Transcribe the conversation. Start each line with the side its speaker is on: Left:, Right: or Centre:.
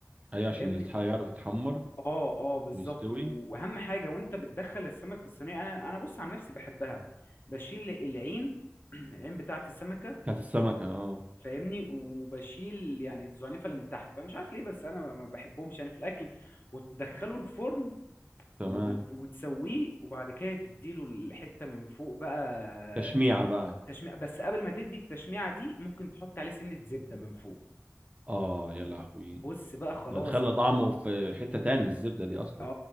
Right: ايوه عشان
Left: فاهمني
Right: يصحى يعرف يتحمر
Left: اه اه بالظبط
Right: ويستوي
Left: و- واهم حاجه وانت بتدخل السمك الصينيه انا انا بص عن نفسي بحبها بشيل العين <clears throat> العين بتاعه السمكه
Right: بتاعت السمكه اه
Left: فاهمني وبشيل يعني الزعنفه اللي من تحت بقى مش عارف ليه بس انا ما ما بحبهمش يعني في الاكل وتدخله الفرن
Right: تمام
Left: وت- وتسويه وبعد كده تديله الحته من فوق بقى
Right: تشميعه بقى
Left: تشميع بس قبل ما تدي التشميعه دي ممكن تحط عليه سنه زبده من فوق
Right: اه يا لهوي
Left: بص بقى خلاص
Right: ده تخلى
Left: انت
Right: طعمه في حته تاني الزبده دي اصلا
Left: اه